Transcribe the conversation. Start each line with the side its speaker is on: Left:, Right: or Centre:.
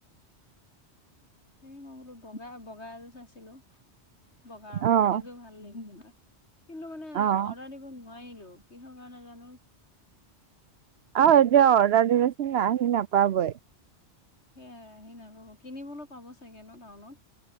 Left: সেই মই বোলো বগা বগা এযোৰ চাইছিলোঁ, বগা ৰঙৰ
Right: অ',
Left: সেইযোৰ ভাল লাগি <unintelligible> কিন্তু মানে
Right: অ'।
Left: অৰ্ডাৰ দিব নোৱাৰিলোঁ কিহৰ কাৰণে জানো।
Right: আ, এতিয়া অৰ্ডাৰ দিলেচোন আহি নাপাবই।
Left: সেয়াই আহি নাপব। কিনিবলৈ পাব চাগে ন' টাউনত?